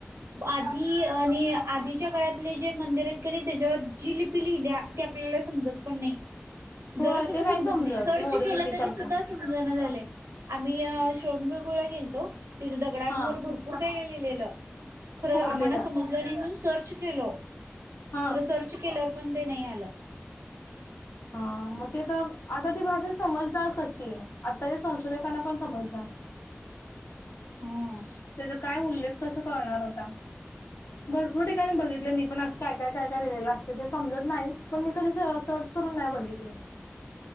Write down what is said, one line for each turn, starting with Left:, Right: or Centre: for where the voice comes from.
Right: आधी आणि आधीच्या काळातले जे मंदिर आहेत कणी त्याच्यावर जी लि लिहिल्या ते आपल्याला समजत पण नाही.
Left: होय
Right: जरा सुद्धा
Left: ते
Right: समजत नाही सर्च
Left: मोडी
Right: केलं
Left: लिपी
Right: तरी
Left: सारखं
Right: सुद्धा समजना झालय. आम्ही सोणबळ गुळ गेलतो. तिथे दगडांवर
Left: हा
Right: भरपूर काय काय लिहिलेलं. खरं
Left: कोरलेलं.
Right: आम्हाला समजलं नाही म्हण. सर्च केलो.
Left: हा.
Right: खर सर्च केल्या. पण ते नाही आलं.
Left: हा मग ते तर आता ती भाषा समजणार कशी आता ते संशोधकांना पण समजणार
Right: हा
Left: त्याचा काय उल्लेख कसं कळणार होता. भरपूर ठिकाणी बघितलं मी पण असं काय काय काय काय लिहिलेलं असते ते समजत नाहीच पण मी कधी सर्च करून नाही बघितलं